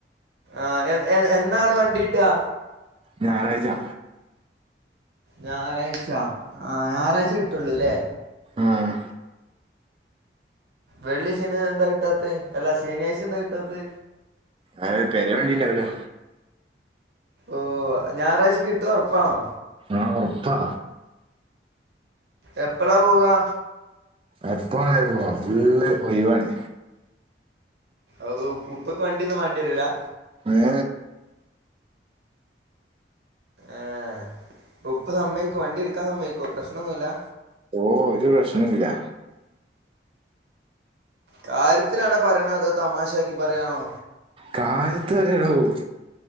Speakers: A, on the right (about 65°); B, on the right (about 30°).
A: ആഹ് എ എ എന്നാണ് വണ്ടീട്ടാ?
B: ഞായറാഴ്ചാ
A: ഞായറാഴ്ച. ആ ഞായറാഴ്ച കിട്ടുള്ളൂല്ലേ
B: ആഹ്
A: വെള്ളി ശനി എന്താ കിട്ടാത്തെ അല്ലാ ശനിയാഴ്ച എന്താ കിട്ടാത്തത്
B: അത് പെരേ വണ്ടിണ്ടാവ് ലാ
A: ഓഹ് ഞായറാഴ്ച കിട്ടു ഉറപ്പാണോ
B: ആഹ് ഒർപ്പാ
A: എപ്പളാ പോവാ
B: എപ്പൊ വേണേലും പോവാ ഫുള്ള് ഒഴിവാണ്
A: അഹ് ഉപ്പക്ക് വണ്ടിയൊന്നും വേണ്ടി വരൂലാ
B: ഏ
A: ഏഹ് ഉപ്പ സമ്മയ്ക്കോ വണ്ടി എടുക്കാൻ സമ്മയ്ക്കോ പ്രശ്നൊന്നുല്ലാ
B: ഓഹ് ഒരു പ്രശ്നുല്ലാ
A: കാര്യത്തിലാണോ പറിണെ അതോ തമാശാക്കി പറയാണോ
B: കാര്യത്ത് പറിയാണാവോ